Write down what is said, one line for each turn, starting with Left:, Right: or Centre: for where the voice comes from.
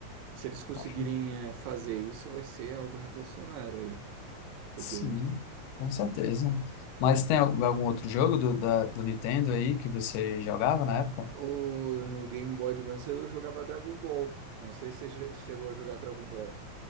Right: Se eles conseguirem
Left: Acho-
Right: eh, fazer isso, vai ser algo revolucionário aí pro
Left: Sim,
Right: game.
Left: com certeza. Mas tem al- algum outro jogo do, da- do Nintendo aí que você jogava na época?
Right: Ou no Game Boy Advance eu jogava Dragon Ball, Eu não sei se você che- chegou a jogar Dragon Ball